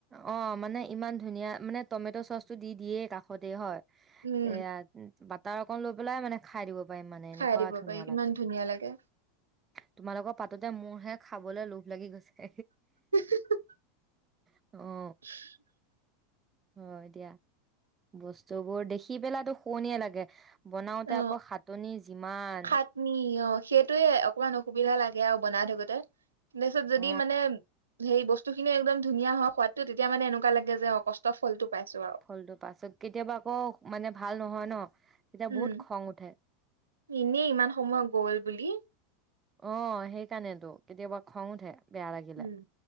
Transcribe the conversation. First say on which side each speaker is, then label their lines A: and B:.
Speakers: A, on the right (about 25°); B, on the right (about 85°).
A: অ মানে ইমান ধুনীয়া মানে টমেটো চচ টো দি দিয়েই কাষতে হয়।
B: উম
A: তে- তাৰ অক লৈ পেলাই মানে খাই দিব মানে
B: খাই
A: এনেকুৱা
B: দিব
A: ধুনীয়া
B: পাৰি কিমান
A: লাগে,
B: ধুনীয়া লাগে
A: তোমাৰ লগত পাতোতে মোৰ হে খাবলৈ লোভ লাগি গৈছে।
B: <unintelligible>
A: অ,
B: <unintelligible>
A: হয় দিয়া বস্তু বোৰ দেখি পেলো শুৱনিয়ে লাগে। বনাওঁতে
B: অ
A: আকৌ সাতনি যিমান।
B: খাটনি অ সেইটোয়ে অকমান অসুবিধা লাগে আৰু বনাই থাকোতে। তাৰপিছত যদি
A: অ
B: মানে সেই বস্তু খিনিও একদম ধুনীয়া হয়, সোৱাদতটো তেতিয়া মানে এনেকুৱা লাগে যে অ' কষ্ট ফলটো পাইছো আৰু
A: ফলটো পাছত কেতিয়াবা আকৌ মানে ভাল নহয় ন। তেতিয়া
B: উম'
A: বহুত খং উঠে
B: এনেই ইমান সময় গল বুলি।
A: অ সেইকাৰণেতো, কেতিয়াবা খং উঠে। বেয়া লাগিলে
B: উম